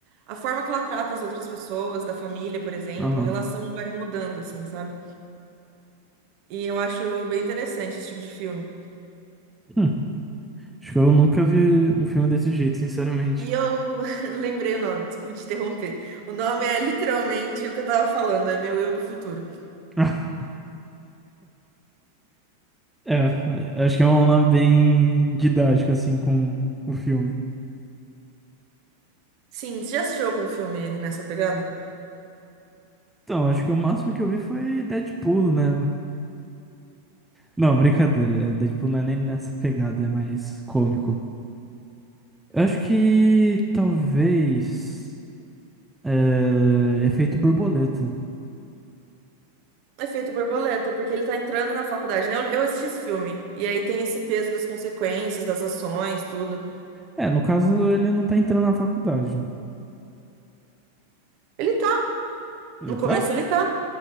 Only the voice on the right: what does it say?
a forma que ela trata as outras pessoas, da família, por exemplo,
a relação vai mudando, assim, sabe? E eu acho bem interessante esse tipo de filme.
E eu <laughs> lembrei o nome, desculpa te interromper. O nome é literalmente o que eu tava falando, é meu eu do futuro.
Sim, você já assistiu algum filme nessa pegada?
Efeito Borboleta, porque ele tá entrando na faculdade, né? Eu, eu assisti esse filme. E aí tem esse peso das consequências, das ações, tudo.
Ele tá.
No começo
ele tá,